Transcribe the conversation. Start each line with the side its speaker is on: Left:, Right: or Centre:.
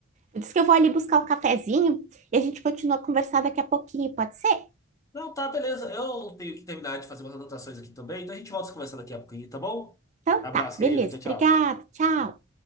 Right: Diz que eu vou ali buscar um cafezinho e a gente continua a conversar daqui a pouquinho, pode ser?
Left: Não, tá, beleza. Eu tenho que terminar de fazer umas anotações aqui também, então a gente volta a conversar daqui a pouquinho, tá bom?
Right: Então
Left: Abraço,
Right: tá,
Left: querida.
Right: beleza.
Left: Tchau,
Right: Obrigada,
Left: tchau.
Right: tchau.